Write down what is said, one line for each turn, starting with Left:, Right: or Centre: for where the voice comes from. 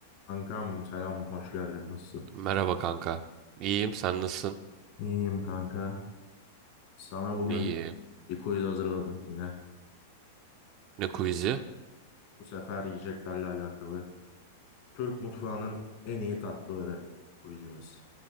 Left: Kankam selam, hoş geldin. Nasılsın?
Right: Merhaba kanka. İyiyim, sen nasılsın?
Left: İyiyim kanka. Sana bugün
Right: İyiyim.
Left: bir quiz hazırladım yine.
Right: Ne quiz'i?
Left: Bu sefer yiyeceklerle alakalı. Türk mutfağının en iyi tatlıları quizimiz.